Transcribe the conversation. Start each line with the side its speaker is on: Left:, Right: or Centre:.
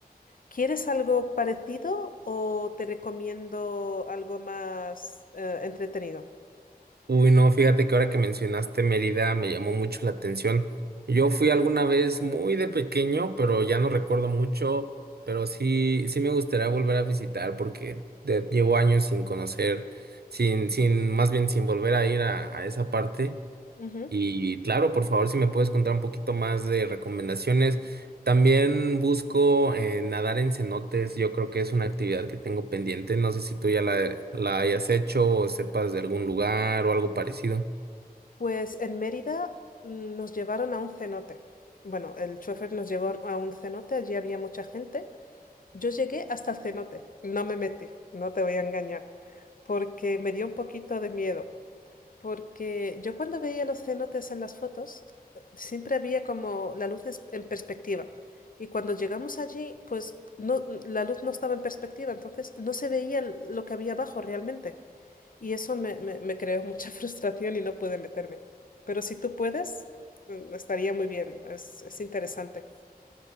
Left: ¿Quieres algo parecido o te recomiendo algo más eh, entretenido?
Right: Uy, no, fíjate que ahora que mencionaste Mérida me llamó mucho la atención. Yo fui alguna vez muy de pequeño, pero ya no recuerdo mucho, pero sí, sí me gustaría volver a visitar porque de- llevo años sin conocer, sin, sin, más bien sin volver a ir a, a esa parte.
Left: Ujú.
Right: Y claro, por favor, si me puedes contar un poquito más de recomendaciones. También busco eh, nadar en cenotes. Yo creo que es una actividad que tengo pendiente. No sé si tú ya la, la hayas hecho o sepas de algún lugar o algo parecido.
Left: Pues en Mérida mm, nos llevaron a un cenote. Bueno, el chofer nos llevó a un cenote, allí había mucha gente. Yo llegué hasta el cenote, no me metí, no te voy a engañar, porque me dio un poquito de miedo. Porque yo cuando veía los cenotes en las fotos, eh, siempre había como la luz es- en perspectiva. Y cuando llegamos allí, pues no, la luz no estaba en perspectiva, entonces no se veía l- lo que había abajo realmente. Y eso me, me- me creó mucha <laughs> frustración y no pude meterme. Pero si tú puedes, mm, estaría muy bien, es, es interesante.